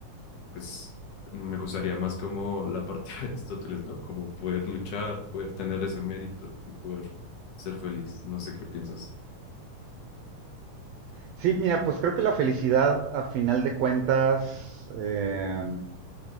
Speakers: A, on the left; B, on the right.
A: pues me gustaría más como la parte <laughs> de Aristóteles, ¿no? Como poder luchar, poder tener ese mérito y poder ser feliz. No sé qué piensas.
B: Sí, mira, pues creo que la felicidad a final de cuentas eh,